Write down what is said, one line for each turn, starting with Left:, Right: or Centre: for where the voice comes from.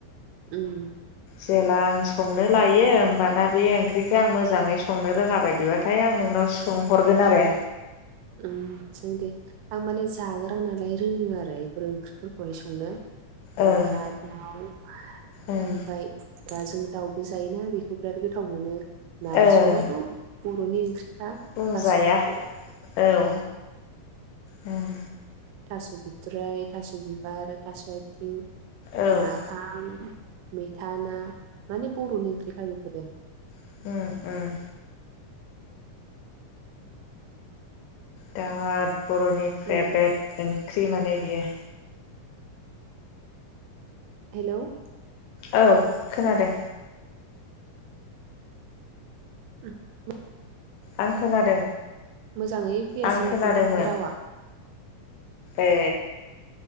Right: उम
Left: जेला आं संनो लायो दयो होमबाना बे ओंख्रिखौ आं मोजाङै संनो रोङा बायदिबाथाय आं नोंनाव सोंहरगोन आरो
Right: उ जों बेफोर ओंख्रिफोरखौहाय संनो
Left: ओं
Right: अनला दाउ
Left: ओं
Right: ओमफफ्राय दा जों दाउबो जायोना बेखौ बिराद गोथाव मोनो नारजि
Left: ओं
Right: अमायाथ' बर'नि ओंख्रि हा
Left: बुंजाया
Right: थास' बिथराय
Left: औ उम
Right: थास' बिथराय थास' बिबार थास' आथिं
Left: उम
Right: नाफाम मैथा ना माने बर'नि ओंख्रिखा बेफोरो
Left: उम उम दाद बर'नि फेभ्रेट
Right: उम
Left: ओंख्रि माने बियो
Right: हेल'
Left: औ खोनादों
Right: उम उम
Left: आं खोनादों
Right: मोजाङै फैयासै
Left: आं खोनादोंमोन
Right: माथो माथो रावा
Left: ए